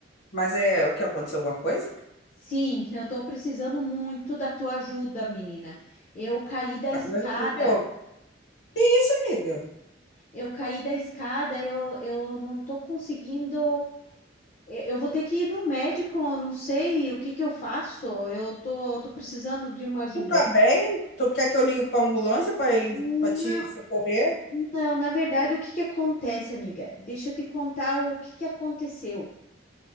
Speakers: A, on the left (about 60°); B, on the left (about 40°).
A: Mas é. O que aconteceu? Alguma coisa?
B: Sim, eu tô precisando muito da tua ajuda, menina. Eu caí da
A: Ah,
B: escada.
A: Mas o que que houve? Que isso, amiga?
B: Eu caí da escada, eu, eu não tô conseguindo. Eu, eu vou ter que ir no médico, eu não sei o que que eu faço. Eu tô, tô precisando de uma ajuda.
A: Tu tá bem? Tu quer que eu ligue pra ambulância pra ir
B: Não.
A: pra te socorrer?
B: Não, na verdade, o que que acontece, amiga? Deixa eu te contar o que que aconteceu.